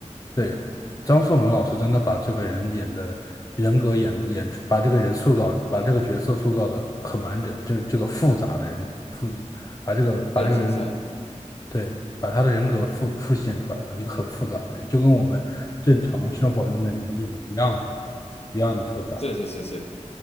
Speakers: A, on the left; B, on the left.
A: 对，张颂文老师真的把这个人演的人格演的演出，把这个人塑造，把这个角色塑造的很完整，就是这个复杂的人复，把这个把这个人，
B: 是啊，是啊，是啊，
A: 对，把他的人格复复现出来了，一个很复杂的人，就跟我们正常生活中的人一一样的，
B: 嗯，
A: 一样的复杂。
B: 是是是是，